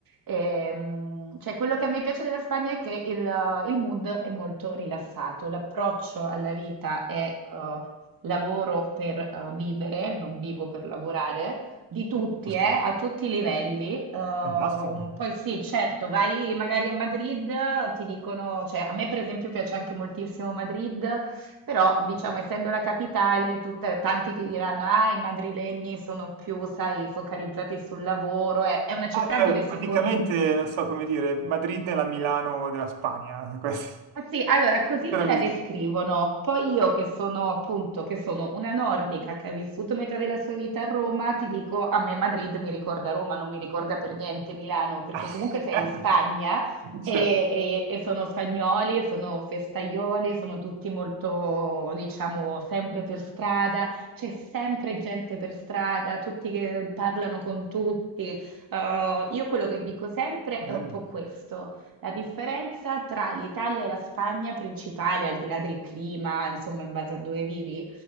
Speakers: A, on the right; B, on the right.
A: Ehm, cioè, quello che a me piace della Spagna è che il, il mood è molto rilassato, l'approccio alla vita è eh, lavoro per eh, vivere, non vivo per lavorare, di tutti,
B: giusto.
A: eh, a tutti i livelli. Ehm,
B: Fantastico.
A: poi sì, certo, vai magari a Madrid, ti dicono, cioè a me per esempio piace anche moltissimo Madrid, però diciamo essendo la capitale, tutta- tanti ti diranno, ah, i madrilegni sono più, sai, focalizzati sul lavoro, è, è una città
B: Ah, cioè,
A: dove
B: praticamente,
A: si corre
B: non so come dire, Madrid è la Milano della Spagna, <laughs> questo.
A: Ah, Sì, allora così
B: Era
A: te la
B: così.
A: descrivono. Poi io che sono appunto, che sono una nordica che ha vissuto metà della sua vita a Roma, ti dico, a me Madrid mi ricorda Roma, non mi ricorda per niente Milano, perché
B: <laughs>
A: comunque sei in Spagna
B: <laughs>
A: e,
B: Cioè,
A: e- e sono spagnoli, sono festaioli, sono tutti molto, diciamo, sempre per strada, c'è sempre gente per strada, tutti che parlano con tutti. Eh, io quello che dico sempre
B: bello.
A: è un po' questo. La differenza tra l'Italia e la Spagna principale, al di là del clima, insomma, in base a dove vivi,